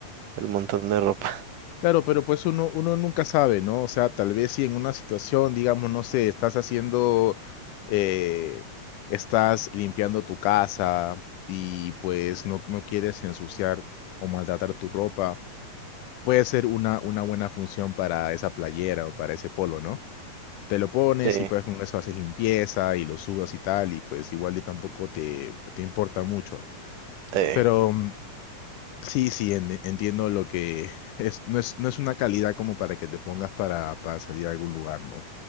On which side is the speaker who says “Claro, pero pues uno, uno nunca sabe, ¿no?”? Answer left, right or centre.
Left